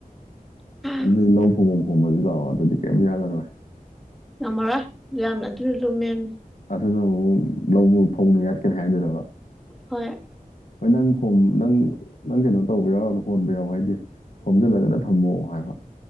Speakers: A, in the centre; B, on the left.
A: ꯍꯥꯏꯕꯅꯤ
B: ꯑꯗꯨꯗꯤ ꯂꯧ ꯐꯩꯗꯣꯝ ꯈꯣꯝꯃꯖꯤ ꯂꯥꯛꯑꯣ ꯑꯗꯨꯗꯤ ꯀꯩꯝ ꯌꯥꯜꯂꯔꯣꯏ
A: ꯉꯝꯃꯔꯣꯏ ꯌꯥꯝꯅ ꯑꯗꯨꯅ ꯂꯨꯝꯃꯦꯝꯃꯤ
B: ꯑꯗꯨꯅ ꯑꯃꯨꯛ ꯂꯧ ꯐꯧꯅ ꯌꯥꯠꯀꯅꯤ ꯍꯥꯏꯗꯣꯏꯔꯕ
A: ꯍꯣꯏ
B: ꯍꯣꯏ ꯅꯪ ꯍꯣꯝ ꯅꯪ ꯅꯪ ꯀꯩꯅꯣ ꯇꯧꯕ ꯌꯥꯎꯔꯅꯨ ꯍꯣꯟꯕ ꯌꯥꯎ ꯍꯥꯏꯗꯦ ꯈꯣꯝꯖꯤꯜꯂꯒꯗ ꯊꯝꯃꯣ ꯍꯥꯏꯕ